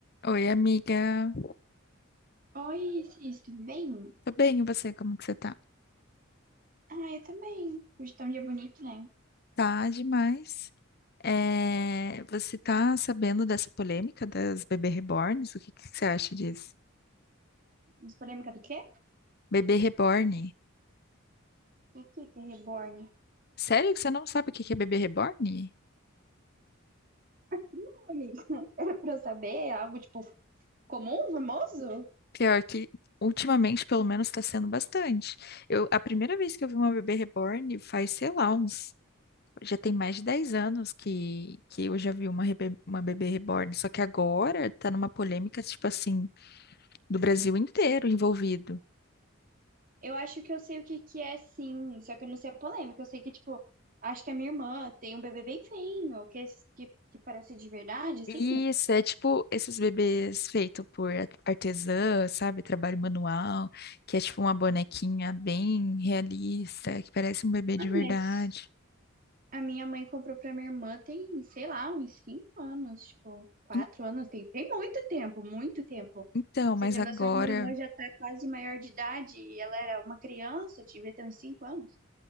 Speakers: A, on the left; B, on the right.
A: Oi, amiga.
B: Oi, Cis, tudo bem?
A: Tô bem, e você? Como que você tá?
B: Ah, eu também. Hoje tá um dia bonito, né?
A: Tá demais. É, você tá sabendo dessa polêmica das bebê reborns? O que que você acha disso?
B: Mas polêmica do quê?
A: Bebê reborn?
B: O que que é reborn?
A: Sério que você não sabe o que que é bebê reborn?
B: Não, amiga, <laughs> pra eu saber, é algo, tipo, comum, famoso?
A: Pior que, ultimamente, pelo menos, tá sendo bastante. Eu, a primeira vez que eu vi uma bebê reborn faz, sei lá, uns... Já tem mais de 10 anos que, que eu já vi uma, rebe- uma bebê reborn. Só que agora tá numa polêmica, tipo assim, do Brasil inteiro envolvido.
B: Eu acho que eu sei o que que é, sim, só que eu não sei a polêmica. Eu sei que, tipo, acho que a minha irmã tem um bebê bem feio, que, é esse- que, que parece de verdade, assim.
A: Isso, é tipo esses bebês feitos por ar- artesã, sabe? Trabalho manual, que é tipo uma bonequinha bem realista, que parece um bebê
B: Ah,
A: de verdade.
B: mas a minha mãe comprou pra minha irmã tem, sei lá, uns cinco anos, tipo, quatro
A: En-
B: anos. Tem, tem muito tempo, muito tempo.
A: Então,
B: Você
A: mas
B: tem
A: agora.
B: noção, minha irmã já tá quase maior de idade e ela era uma criança, devia ter uns cinco anos.